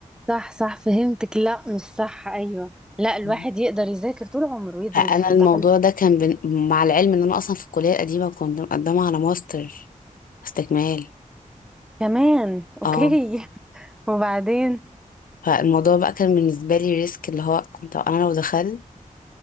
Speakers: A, in the centre; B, on the left.
A: صح صح فهمتك لا مش صح ايوه لا الواحد
B: مم.
A: يقدر يذاكر طول عمره ويدرس
B: فانا
A: ويتعلم
B: الموضوع ده كان بن... مع العلم ان انا اصلا في الكلية القديمة كنت مقدمة على ماستر استكمال
A: كمان اوكي
B: اه
A: <laughs> وبعدين
B: فالموضوع بقى كان بالنسبة لي ريسك اللي هو كنت انا لو دخلت